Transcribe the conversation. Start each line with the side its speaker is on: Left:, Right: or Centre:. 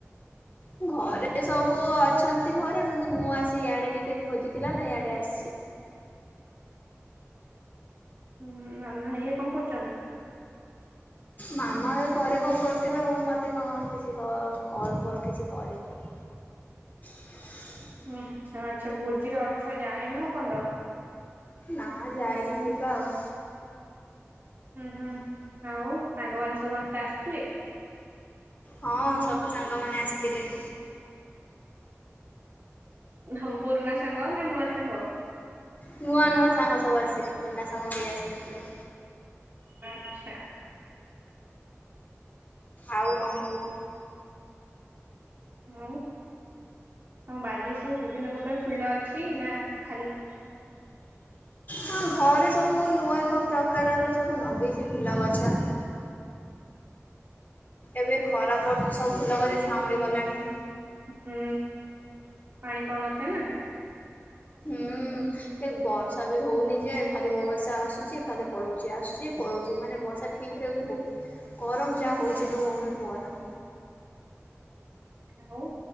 Left: ଘରେ ସବୁ ଅଛନ୍ତି ଘରେ କିନ୍ତୁ ମୁଁ ଆସି ଇଆଡେ ଟିକେ ଭୋଜିଥିଲା ନା ଇଆଡେ ଆସିଛି।
Right: ହୁଁ ହୁଁ ମାମା ଘରିଆ କଣ କରୁଛନ୍ତି?
Left: ମାମା ଏ ଘରେ କଣ କରିଥିବେ ଆଉ ମୋତେ କଣ କିଛି କଲ୍ ଫଲ୍ କିଛି କରିନି। <inaudible>
Right: ହୁଁ ଆଚ୍ଛା ଆଚ୍ଛା ଭୋଜିରେ ଅଛ ଯାଇନ ଏପର୍ଯ୍ଯନ୍ତ।
Left: ନା ଯାଇନି ଯିବା ଆଉ।
Right: ହୁଁ ହୁଁ ଆଉ ସାଙ୍ଗମାନେ ସବୁ ସମସ୍ତେ ଆସିଥିଲେ?
Left: ହଁ ସବୁ ସାଙ୍ଗ ମାନେ ଆସିଥିଲେ।
Right: ହଉ ପୁରୁଣା ସାଙ୍ଗ ନା ନୂଆ ସାଙ୍ଗ?
Left: ନୂଆ ନୂଆ ସାଙ୍ଗ ସବୁ ଆସିଲେ ପୁରୁଣା ସାଙ୍ଗ କେହି ଆସିନଥିଲେ।
Right: ଆଚ୍ଛା।
Left: ଆଉ କଣ କୁହ?
Right: ହଉ ହଁ ତମ ବାଜେ ସବୁ ବିଭିନ୍ନ ପ୍ରକାର ଫୁଲ ଅଛି ନା ଖାଲି
Left: ହଁ ଘରେ ସବୁ ନୂଆ ନୂଆ ପ୍ରକାରର ସବୁ ନଗେଇଛି ଫୁଲ ଗଛ। ଏବେ ଖରା ପଡୁଛି ସବୁ ଫୁଲ ଗଛ ଝାଉଁଳି ଗଲାଣି।
Right: ହୁଁ ପାଣି ପାଉ ନଥିବେ ନା
Left: ହୁଁ ଏ ବର୍ଷା ବି ହଉନି ଯେ ଖାଲି ବର୍ଷା ଆସୁଛି ଖାଲି ପଲଉଛି ଆସୁଛି ପଳଉଛି ମାନେ ବର୍ଷା ଠିକ୍ ରେ ବି ହଉନି ଗରମ ଯାହା
Right: ହୁଁ
Left: ହଉଛି ଲୋ ଭଉଣୀ କୁହନା।
Right: ଆଉ